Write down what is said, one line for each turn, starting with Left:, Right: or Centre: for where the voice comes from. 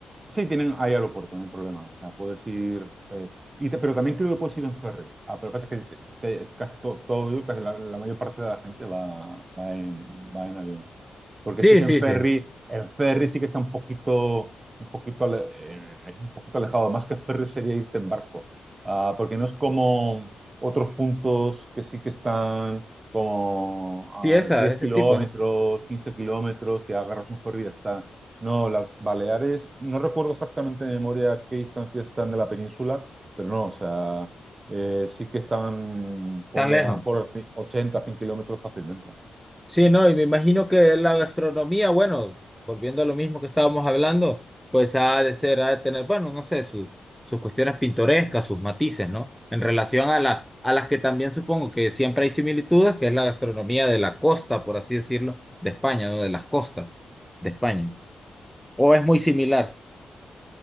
Right: Sí, tienen ahí aeropuerto, no hay problema. O sea, puedes ir. eh, y te- pero también creo que puedes ir en ferry. Ah, pero pasa que te- te- casi to- todo, casi la, la mayor parte de la gente va, va en, va en avión. Porque
Centre: Sí,
Right: sí que
Centre: sí,
Right: en ferry,
Centre: sí.
Right: en ferry sí que está un poquito, un poquito, ale- eh, es un poquito alejado. Más que ferry sería irte en barco. Ah, porque no es como otros puntos que sí que están como a
Centre: Sí, esa,
Right: 10
Centre: de ese
Right: kilómetros,
Centre: tipo, ¿no?
Right: 15 kilómetros, que agarras un ferry y ya está. No, las Baleares, no recuerdo exactamente de memoria qué distancia están de la península, pero no, o sea, eh, sí que están, ponle
Centre: Tan lejos.
Right: a lo mejor 80, 100 kilómetros fácilmente.
Centre: Sí, no, y me imagino que la gastronomía, bueno, volviendo a lo mismo que estábamos hablando, pues ha de ser, ha de tener, bueno, no sé, sus, sus cuestiones pintorescas, sus matices, ¿no? En relación a la, a las que también supongo que siempre hay similitudes, que es la gastronomía de la costa, por así decirlo, de España, ¿no? De las costas de España. O es muy similar,